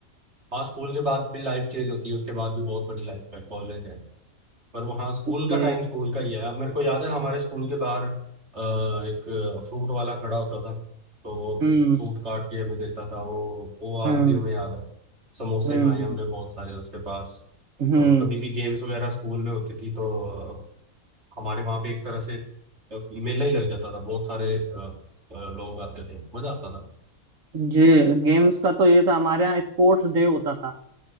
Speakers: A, on the right; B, on the right.
A: हाँ स्कूल के बाद भी लाइफ चेंज होती है उसके बाद भी बहुत बड़ी लाइफ है कॉलेज है पर वो हाँ स्कूल
B: जी
A: का टाइम स्कूल का ही है अब मेरे को याद है हमारे स्कूल के बाहर अ, एक फ्रूट वाला खड़ा होता था तो वो
B: हम्म
A: फ्रूट काट के हमें देता था वो वो आज
B: हम्म
A: भी हमें याद है समोसे
B: हम्म
A: खाए हमने बहुत सारे उसके पास
B: हम्म
A: तो कभी भी गेम्स वगैरह स्कूल में होती थी तो अ, हमारे वहाँ पे एक तरह से अ, मेला ही लग जाता था बहुत सारे अ, अ, लोग आते थे मजा आता था
B: जी गेम्स का तो ये था हमारे यहाँ स्पोर्ट्स डे होता था